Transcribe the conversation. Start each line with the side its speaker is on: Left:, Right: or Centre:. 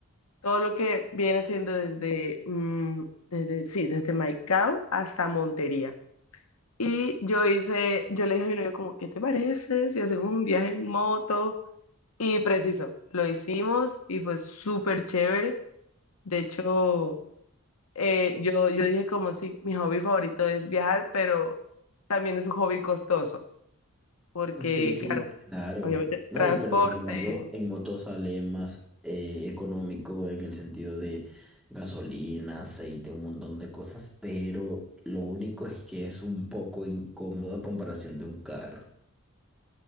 Left: Todo lo que viene siendo desde, mm, desde, sí, desde Maicao hasta Montería. Y yo hice, yo le dije a mi novio como, ¿qué te parece si hacemos un viaje en moto? Y preciso, lo hicimos y fue súper chévere. De hecho, eh, yo, yo dije como, sí, mi hobby favorito es viajar, pero también es un hobby costoso, porque
Centre: Sí, sí,
Left: claro,
Centre: claro.
Left: obviamente
Centre: No,
Left: transporte.
Centre: y pero sin embargo, en moto sale más eh, económico en el sentido de gasolina, aceite, un montón de cosas, pero lo único es que es un poco incómodo a comparación de un carro.